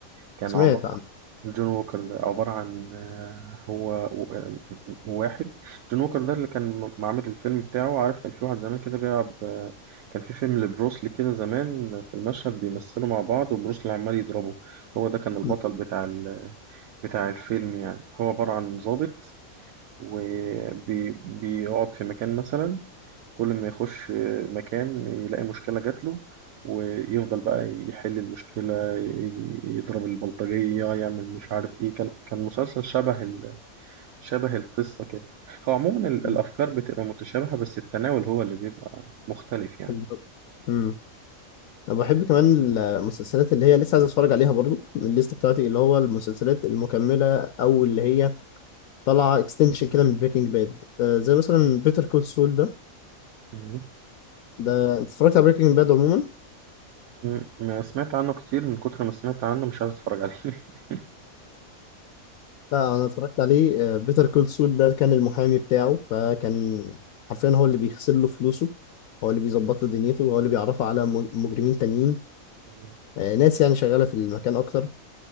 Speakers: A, on the right (about 80°); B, on the left (about 75°).
A: كان
B: سمعت
A: عبارة
B: عنه
A: جون ووكر ده عبارة عن آه، هو واحد جون ووكر ده اللي كان م- معمل الفيلم بتاعه عارف كان في واحد زمان كده بيلعب آه، كان في فيلم لبروسلي كده زمان في المشهد بيمثلوا مع بعض وبروسلي عمال يضربه هو ده كان البطل
B: م-
A: بتاع ال... بتاع الفيلم يعني هو عبارة عن ضابط وبيقعد في مكان مثلا كل ما يخش مكان يلاقي مشكلة جاتله ويفضل بقى يحل المشكلة ي- يضرب البلطجية يعمل مش عارف ايه كان كان مسلسل شبه شبه القصة كده هو عموما ال-
B: م-
A: الأفكار بتبقى متشابهة بس التناول هو اللي بيبقى مختلف
B: <laughs>
A: يعني
B: بالظبط. امم انا بحب كمان المسلسلات اللي هي لسه عايز اتفرج عليها برضو من الليست بتاعتي اللي هو المسلسلات المكمله او اللي هي طلع اكستنشن كده من بريكنج باد زي مثلا بيتر كول سول ده
A: مم.
B: ده انت اتفرجت على بريكنج باد عموما
A: مم. ما سمعت عنه كتير من كتر ما سمعت عنه مش عايز أتفرج عليه <laughs>
B: لا انا اتفرجت عليه بيتر كول سول ده كان المحامي بتاعه فكان حرفيا هو اللي بيغسل له فلوسه هو اللي بيظبط له دنيته هو اللي بيعرفه على م- مجرمين تانيين
A: تمام.
B: آه، ناس يعني شغالة في المكان اكتر